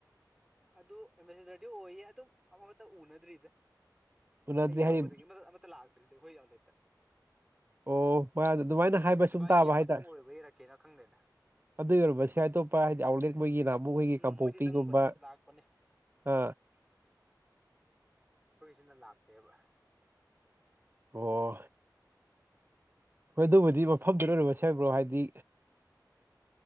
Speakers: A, in the centre; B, on the right.
A: ꯑꯗꯨꯔꯗꯤ ꯑꯣꯏꯌꯦ ꯑꯗꯨ ꯑꯃꯃꯛꯇ ꯎꯅꯗ꯭ꯔꯤꯗ
B: ꯑꯗꯨꯅꯗꯤ
A: ꯑꯩ ꯌꯥꯎꯕꯗꯒꯤ
B: ꯍꯥꯏꯗꯤ
A: ꯑꯃ ꯑꯃꯠꯇ ꯂꯥꯛꯇ꯭ꯔꯤꯅꯗꯤ ꯑꯩꯈꯣꯏ ꯌꯥꯎꯂꯦꯠꯇ
B: ꯑꯣ ꯃ ꯑꯗꯨꯃꯥꯏꯅ ꯍꯥꯏꯕ
A: ꯁꯤꯕꯥꯏ
B: ꯁꯨꯝ ꯇꯥꯕ
A: ꯀꯦꯝ ꯃꯅꯨꯡ
B: ꯍꯥꯏꯇꯥꯔꯦ
A: ꯑꯣꯏꯕꯩꯔꯛꯀꯦꯅ ꯈꯪꯗꯦꯗ
B: ꯑꯗꯨ ꯑꯣꯏꯔꯝꯕꯁꯦ ꯑꯇꯣꯞꯄ ꯍꯥꯏꯗꯤ ꯑꯥꯎꯠꯂꯦꯠ ꯃꯣꯏꯒꯤ ꯑꯃꯈꯣꯏꯒꯤ
A: ꯎꯝ
B: ꯀꯥꯡꯄꯣꯛꯄꯤꯒꯨꯝꯕ
A: ꯃꯣꯏꯗꯤ ꯆꯪꯕꯅꯤ ꯂꯥꯛꯄꯅꯦ
B: ꯑ
A: ꯑꯩꯈꯏꯁꯤꯅ ꯂꯥꯛꯇꯦꯕ
B: ꯑꯣ ꯍꯣꯏ ꯑꯗꯨꯕꯨꯗꯤ ꯃꯐꯝꯗꯨ ꯂꯣꯏꯔꯕ ꯁꯦꯝꯕ꯭ꯔꯣ ꯍꯥꯏꯗꯤ